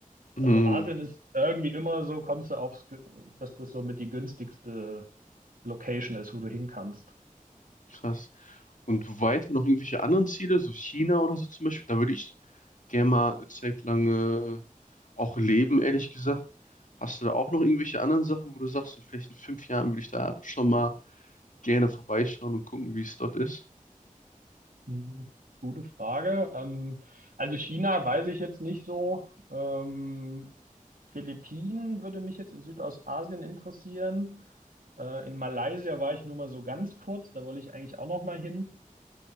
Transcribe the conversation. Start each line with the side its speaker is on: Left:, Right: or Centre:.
Left: hm,
Right: Also Asien ist irgendwie immer so, kommst du aufs, Ge- dass das so mit die günstigste Location ist, wo du hin kannst.
Left: krass. Und weiter noch irgendwelche anderen Ziele, so China oder so zum Beispiel, da würde ich gerne mal eine Zeit lang äh, auch leben, ehrlich gesagt. Hast du da auch noch irgendwelche anderen Sachen, wo du sagst, so vielleicht in fünf Jahren würde ich da schon mal gerne vorbeischauen und gucken, wie es dort ist?
Right: Mhm. Gute Frage. Ähm, also China weiß ich jetzt nicht so. Ähm, Philippinen würde mich jetzt in Südostasien interessieren. Äh, in Malaysia war ich nur mal so ganz kurz, da wollte ich eigentlich auch noch mal hin.